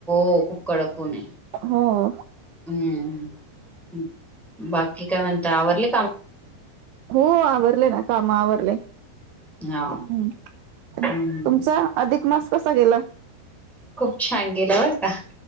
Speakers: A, in the centre; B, on the right (about 80°).
A: हो खूप कडक ऊन आहे.
B: हो.
A: हम्म बाकी काय म्हणता आवरले
B: हो आवरले ना काम आवरले.
A: हा
B: तुमचा
A: हम्म.
B: अधिक मास कसा गेला.
A: खूप छान गेला बर का.